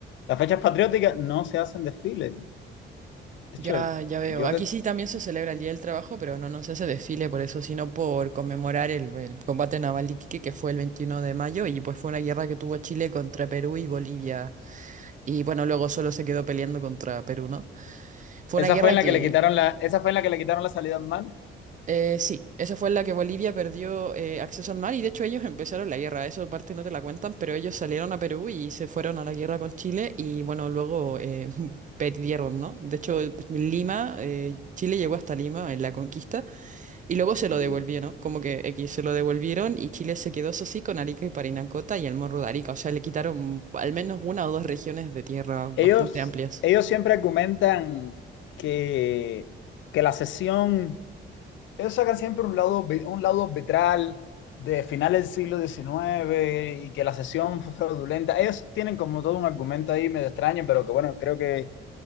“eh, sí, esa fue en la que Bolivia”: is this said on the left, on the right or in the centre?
Right